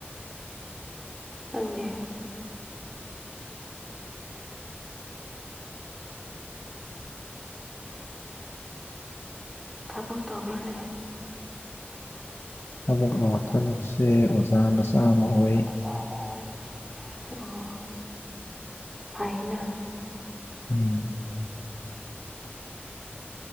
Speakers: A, in the centre; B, on the left.
A: ꯇꯪꯗꯦ ꯊꯕꯛ ꯇꯧꯕꯅꯦ
B: ꯊꯕꯛ ꯊꯕꯛꯁꯦ ꯑꯣꯖꯥ ꯃꯆꯥ ꯑꯃ ꯑꯣꯏ
A: <unintelligible> ꯑꯣ ꯐꯥꯏꯅ
B: ꯎꯝ